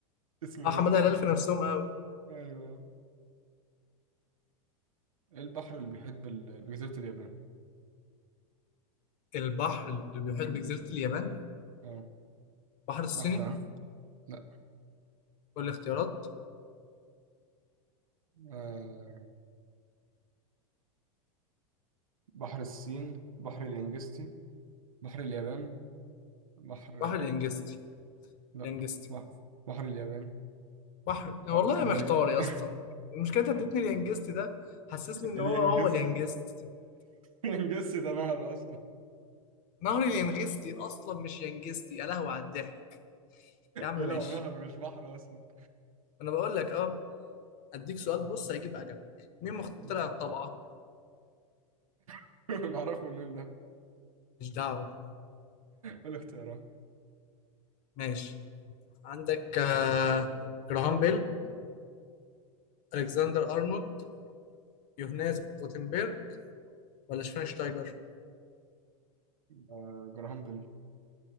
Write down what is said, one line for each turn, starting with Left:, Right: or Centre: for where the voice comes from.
Right: اسمه
Left: اه حماده
Right: إيه؟
Left: هلال في نفسهم قوي
Right: أيوه إيه البحر اللي بيحيط بال- بجزيرة اليابان؟
Left: البحر اللي بيحيط بجزيرة اليابان
Right: آه.
Left: بحر الصيني
Right: بحر آه؟ لا
Left: والاختيارات
Right: آه... بحر الصين بحر اليانجستي بحر اليابان بحر
Left: بحر اليانجستي
Right: لا
Left: اليانجستي
Right: بحر بحر اليابان
Left: بحر والله
Right: هو
Left: انا
Right: هو
Left: محتار
Right: ليه
Left: يا
Right: <laughs>
Left: اسطى المشكلة انت اديتني اليانجستي ده حسسني ان
Right: اللي
Left: هو
Right: انجزت
Left: هو اليانجستي
Right: اللي انجزت ده نهر اصلا
Left: نهر اليانجستي اصلا مش يانجستي يا لهوي على الضحك يا عم
Right: يلا
Left: ماشي
Right: هو نهر مش بحر اصلا
Left: انا بقول لك اه اديك سؤال
Right: آه،
Left: بص هيجيب اجلك مين مخترع
Right: قول.
Left: الطبعة
Right: <laughs> نعرفه منين ده
Left: مش دعوة
Right: إيه الاختيارات
Left: ماشي عندك آه، جراهام بيل الكسندر ارنولد يوهانس جوتنبرج ولا شفاينشتايجر
Right: آه، جراهام بيل